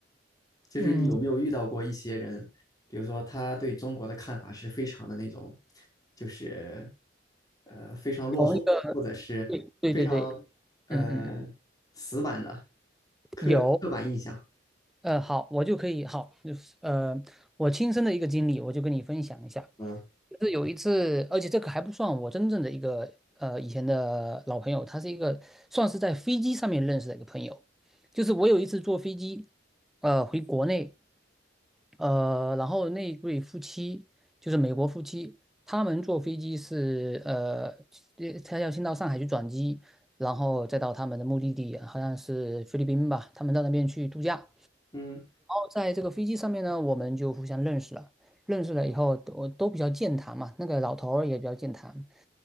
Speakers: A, on the left; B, in the centre.
A: 就是你有没有遇到过一些人，
B: 嗯，
A: 比如说他对中国的看法是非常的那种，就是呃非常落后，
B: 从一个
A: 或者是非常呃死板的
B: 对对对对，嗯嗯。
A: 刻刻板印象？
B: 有，呃，好，我就可以，好，就是呃，我亲身的一个经历，我就跟你分享一下。
A: 嗯
B: 就是有一次，而且这个还不算我真正的一个呃以前的老朋友，他是一个算是在飞机上面认识的一个朋友。就是我有一次坐飞机，呃，回国内，呃，然后那一对夫妻就是美国夫妻，他们坐飞机是呃呃他要先到上海去转机，然后再到他们的目的地，好像是菲律宾吧，他们到那边去度假。
A: 嗯
B: 在这个飞机上面呢，我们就互相认识了。认识了以后，都都比较健谈嘛。那个老头儿也比较健谈。